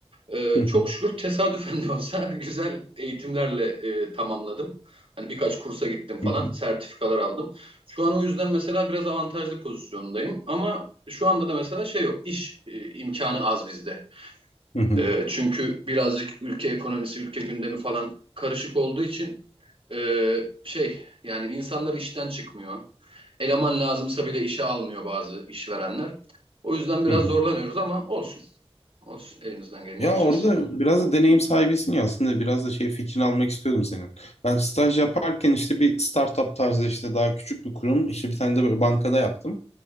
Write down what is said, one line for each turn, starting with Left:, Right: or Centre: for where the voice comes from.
Right: Ee,
Left: Hı hı.
Right: çok şükür tesadüfen de olsa <laughs> güzel eğitimlerle e, tamamladım. Hani birkaç kursa gittim falan,
Left: Hı hı.
Right: sertifikalar aldım. Şu an o yüzden mesela biraz avantajlı pozisyondayım. Ama şu anda da mesela şey yok, iş e, imkanı az bizde.
Left: Hı hı.
Right: Ee, çünkü birazcık ülke ekonomisi, ülke gündemi falan karışık olduğu için ee, şey yani insanlar işten çıkmıyor. Eleman lazımsa bile işe almıyor bazı işverenler. O yüzden biraz
Left: Hı hı.
Right: zorlanıyoruz ama olsun. Olsun elimizden geleni
Left: Ya
Right: yapacağız.
Left: orada biraz da deneyim sahibisin ya aslında biraz da şey fikrini almak istiyordum senin. Ben staj yaparken işte bir startup tarzı işte daha küçük bir kurum işte bir tane de böyle bankada yaptım.